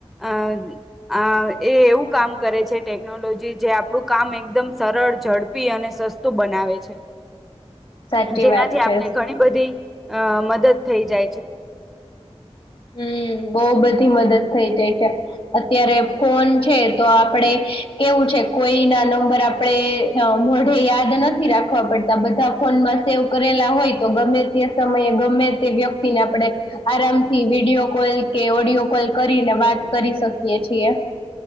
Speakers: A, in the centre; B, on the left.
A: અ અ એ એવું કામ કરે છે ટેકનોલોજી જે આપણું કામ એકદમ સરળ ઝડપી અને સસ્તું બનાવે છે
B: સાચી
A: જેનાથી
B: વાત છે
A: આપણે ઘણી બધી અ મદદ થઈ જાય છે.
B: હમ. બહ બધી મદદ થઈ જાય છે અત્યારે ફોન છે તો આપડે કેવું છે. કોઈ ના નંબર આપણે મોઢે યાદ નથી રાખવા પડતા બધા ફોન માં સેવ કરેલા હોય તો ગમે તે સમયે ગમે તે વ્યક્તિને આપણે આરામ થી વિડીયો કોલ કે ઓડિયો કોલ કરીને વાત કરી શકીએ છીએ